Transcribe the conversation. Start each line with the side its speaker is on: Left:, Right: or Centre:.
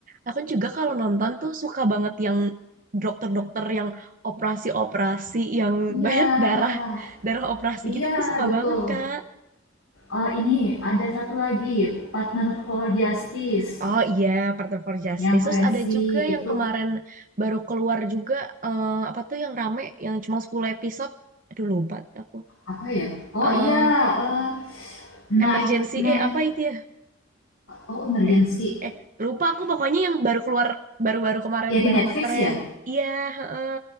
Right: Aku juga kalau nonton tuh suka banget yang dokter-dokter yang operasi-operasi yang
Left: Iya.
Right: <laughs> banyak darah darah operasi
Left: Iya,
Right: gitu aku suka
Left: betul.
Right: banget Kak.
Left: Oh, ini ada satu lagi, Partner for Justice
Right: Oh iya, Partner for Justice.
Left: yang forensik
Right: Terus ada juga
Left: itu
Right: yang kemarin baru keluar juga eh, apa tuh yang rame yang cuma 10 episode. Aduh lupa aku.
Left: apa ya? Oh
Right: eh
Left: iya, eh, Knife
Right: Emergency
Left: Knife
Right: eh apa itu ya?
Left: Oh, emergency.
Right: eh eh lupa aku pokoknya yang baru keluar baru-baru kemarin
Left: Ya di
Right: baru
Left: Netflix
Right: ngetren
Left: ya?
Right: iya heeh,